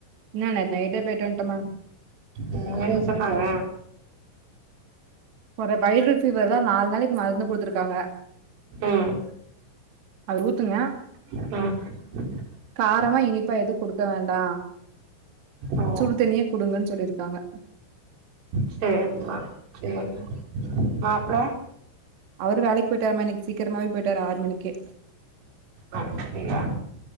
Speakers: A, on the right; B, on the right.
A: முந்தானேத் நைட்டே போய்ட்டு வன்ட்டமா
B: ம் என்ன சொன்னாங்க
A: ஒரே வைரல்ஸ் ஃபீவர் தா நாள் நாளைக் மருந்து குடுத்துருக்காங்க
B: ம்
A: அது ஊத்துங்க
B: ம்
A: காரமா இனிப்பா எதும் குடுக்க வேண்டா
B: ஓ
A: சுடுதண்ணீயே குடுங்கன்னு சொல்லிப் இருக்காங்க
B: செரிமா செரி மாப்ள
A: அவரு வேலைக் போய்டார்மா இன்னிக் சீக்ரமாவே போய்ட்டாரு ஆறு மணிக்கே
B: ஆ அப்டியா